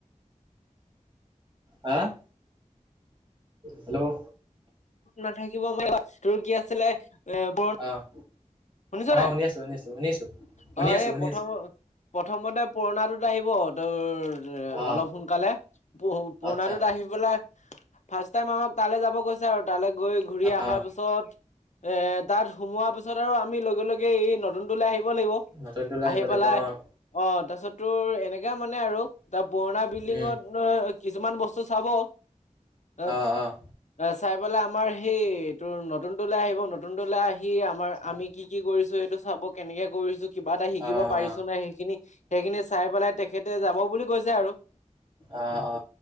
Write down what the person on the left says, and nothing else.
নাথাকিব পাৰি, তোৰ কি আছিলে এ, <inaudible>
শুনিছ
নাই,
অ
এই
প্ৰথম
প্ৰথমতে পুৰণাটোত আহিব টোৰ
অলপ সোনকালে, পুৰাণটো
তাৰ আহি পেলাই ফাৰ্ষ্ট টাইম, আমাক তালে যাব কৈ কৈছে আৰু তালৈ গৈ ঘুৰি অহাৰ
পিছত, এ তাত সোমোৱাৰ পিছত আৰু আমি লগে, লগে এই নতুন তোলৈ আহিব লাগিব
আহি
পেলাই
অঁ, তাৰপিছত তোৰ এনেকা মানে আৰু তাৰ পুৰণা বিল্ডিঙত
কিছুমান বস্তু চাব, এ
অঁ, চাই পাই আমাৰ সেই তোৰ নতুন তলৈ আহিব নতুন তলৈ, আহি আমাৰ
আমি কি কি কৰিছো এইটো চাব, কেনেকে কৰিছো কিবা এটা শিকিব
পাৰিছো
নাই সেইখিনি, সেইখিনি চাই পেলাই তেখেতে যাব বুলি কৈছে আৰু।